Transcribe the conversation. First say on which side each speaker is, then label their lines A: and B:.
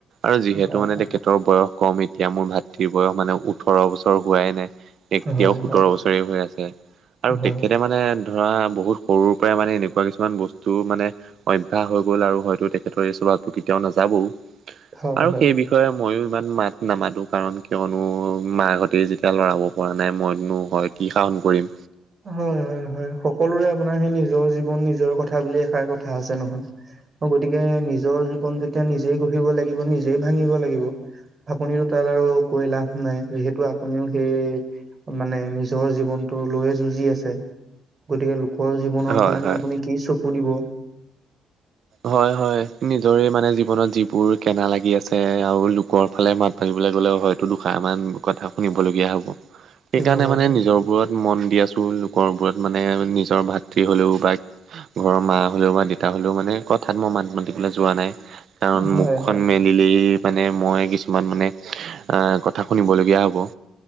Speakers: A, on the right; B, on the right.
A: আৰু যিহেতু
B: হয়
A: মানে তেখেত ত' বয়স কম এতিয়া মোৰ ভাতৃৰ বয়স মানে ওঠৰ বছৰ হোৱাই নাই। এতিয়াও
B: হয়
A: সোতৰ
B: হয়।
A: বছৰে হৈ আছে আৰু
B: হয়
A: তেখেতে মানে ধৰা বহুত সৰুৰ পৰাই মানে এনে এনেকুৱা কিছুমান বস্তু মানে অভ্যাস হৈ গ'ল আৰু হয়তো তেখেতৰ এই স্বভাৱটো কেতিয়াও নাযাবও।
B: হয়
A: আৰু
B: হয়।
A: সেই বিষ বিষয়ে ময়ো ইমান মাত নামাতোঁ কাৰণ কিয়নো মাহঁতে যেতিয়া লৰাব পৰা নাই মইনো হয় কি <unintelligible> কৰিম।
B: হয়- হয় -হয় সকলোৰে আপোনাৰ সেই নিজৰ জীৱন নিজৰ কথা বুলি এষাৰ কথা আছে নহয়। অ, গতিকে নিজৰ জীৱন যেতিয়া নিজেই গঢ়িব লাগিব, নিজেই ভাঙিব লাগিব। আপুনিটো তাত আৰু কৈ লাভ নাই যিহেতু আপুনিও সেই মানে নিজৰ জীৱনটো লৈয়ে যুঁজ যি আছে গতিকে লোকৰ জীৱনৰ
A: হয়
B: ফালেনো
A: হয়।
B: আপুনি কি চকু দিব
A: হয়-হয় নিজৰে মানে জীৱনত যিবোৰ কেনা লাগি আছে আৰু লোকৰ ফালে মাত ভাাবিবলৈ গ'লেও হয়তো দুষাৰমান কথা শুনিবলগীয়া হ'ব
B: হয়
A: সেইকাৰণে
B: হয়
A: মানে নিজৰবোৰত মন দি আছো লোকৰবোৰত মানে নিজৰ ভাতৃ হলেও ঘৰৰ মা হলেও বা দেতা হলেও মানে কথাত মই মাত মাতিবলৈ যোৱা নাই কাৰণ
B: হয়
A: মুখখন
B: হয়
A: ম নিলে মানে মই কিছুমান মানে আহ কথা শুনিবলগীয়া হ'ব।